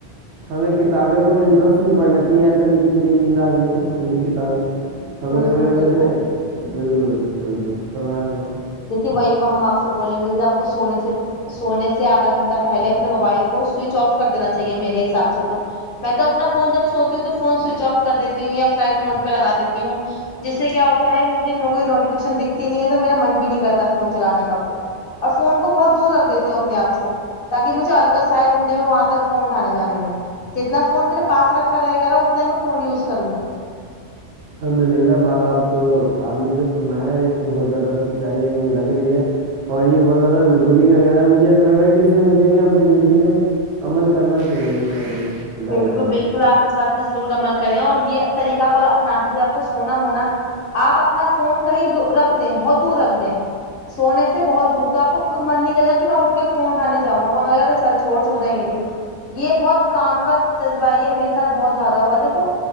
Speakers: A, on the right; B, on the left.
A: ہمیں کتابیں کو انٹرسٹ میں پڑھنا چاہیے ایسا نہیں کہ چلیے نیند آ رہی ہے تو پھڑ لی کتابیں ہمیں
B: بالکل
A: و
B: بالکل
A: یسے بالکل بالکل بالکل سنما سوا
B: دیکھیے وہی ہم آپ سے بولیں گے جیسے آپ کو سونے سے سونے سے آدھا گھنٹہ پہلے اپنے موبائل کو سوئچ آف کر دینا چاہیے میرے حساب سے تو میں تو اپنا فون جب سوتی ہوں تو فون سوئچ آف کر دیتی ہوں یا فلائٹ موڈ پہ لگا دیتی ہوں جس سے کیا ہوتا ہے مجھے کوئی نوٹیفکیشن دکھتی نہیں ہے تو میرا من بھی نہیں کرتا فون چلانے کا پھر اور فون کو بہت دور رکھ دیتی ہوں اپنے آپ سے تاکہ مجھے الکاس آے اٹھنے میں وہاں تک فون اٹھانے جانے میں جتنا فون میرے پاس رکھا رہے گا نا اتنا ہی میں فون یوز کروں گی
A: الحمد اللہ با آپ تو آپ نے جو فرمایا ہے اس میں بہت زیادہ سچائی ہے ہمیں لگ رہی ہے اور یہ بہت زیادہ ضروری بھی لگ رہا ہے مجھے ایسا لگ رہا ہے کہ اس سے مجھے بھی اپنی زندگی میں عمل کرنا چاہیے سارے راے
B: بالکل
A: کو آپ
B: بالکل
A: کو
B: اس بات ضرور عمل کریں اور یہ طریقہ اپنا کے جب آپ کو سونا ہونا آپ اپنا فون کہیں رکھ دیں بہت دور رکھ دیں سونے سے بہت دور توآپ کو خود من نہیں کرے گا کہ میں اٹھ کے فون اٹھانے جاؤ گا سرچ سورس ہوتے یہ پہ یہ بہت کام کا جذبہ یہ ہے میرے ساتھ بہت زیادہ ہوا ہے دیکھو